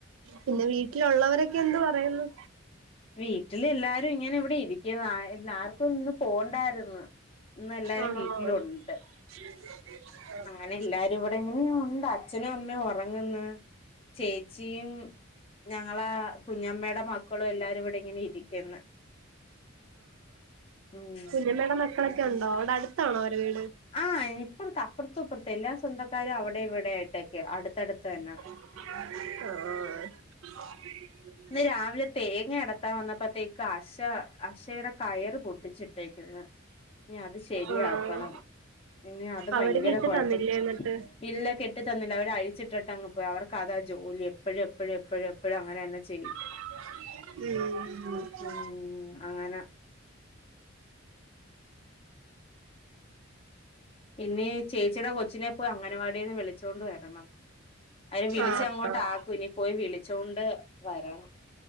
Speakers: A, on the right; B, on the left.
A: പിന്നെ വീട്ടിലുള്ളവരൊക്കെ എന്ത് പറയുന്നു?
B: വീട്ടില് എല്ലാരും ഇങ്ങനെ ഇവിടെ ഇരി ക്കുന്നു എല്ലാ ആർക്കും ഇന്ന് പോണ്ടായിരുന്നു. ഇന്ന് എല്ലാരും
A: ആണോ
B: വീട്ടിലുണ്ട്.
A: <inaudible>
B: അങ്ങനെ എല്ലാരും ഇവിടെ ഇങ്ങനെ ഉണ്ട്. അച്ഛനും അമ്മയും ഒറങ്ങന്ന്. ചേച്ചിം ഞങ്ങള കുഞ്ഞമ്മയുടെ മക്കളും എല്ലാരും ഇവിടെ ഇങ്ങനെ ഇരിക്കന്ന് ഉം.
A: കുഞ്ഞമ്മയുടെ മക്കളൊക്കെ ഉണ്ടോ അവിടേ അടുത്താണോ അവര വീട്?
B: ആഹ് ഇപ്പുറത്തെ, അപ്പുറത്തും ഇപ്പുറത്തും എല്ലാ സ്വന്തക്കാരും അവിടെ ഇവിടായിട്ടൊക്കെ അടുത്തടുത്ത് തന്നാ.
A: ഓഹ്.
B: ഇന്ന് രാവിലെ തേങ്ങ എടത്താൻ വന്നപ്പോത്തേക്ക് അശ അശയുടെ കയറ് പൊട്ടിച്ചിട്ടേക്ക്ന്ന്. ഇനി അത് ശെരിയാക്കണം.
A: ആഹ്
B: ഇനി അത് ഭയങ്കര
A: അവര് കെട്ടി
B: കൊഴപ്പ
A: തന്നില്ലേ എന്നിട്ട്
B: ഇല്ല കെട്ടി തന്നില്ല അവര് അഴിച്ചിട്ടിട്ട അങ്ങ് പോയി. അവർക്ക് അതാ ജോലി എപ്പഴും എപ്പഴും എപ്പഴും എപ്പഴും അങ്ങനെ തന്നെ ചെയ്യും.
A: ഉം
B: ഉം അങ്ങന. പിന്നേ ചേച്ചിയുടെ കൊച്ചിനെ പോയി അംഗനവാടിന്ന് വിളിച്ചൊണ്ട് വരണം. അവര് വിളിച്ച
A: ആഹ്
B: അങ്ങോട്ട്
A: ആഹ്
B: ആക്കും. ഇനി പോയി വിളിച്ചൊണ്ട് വരണം.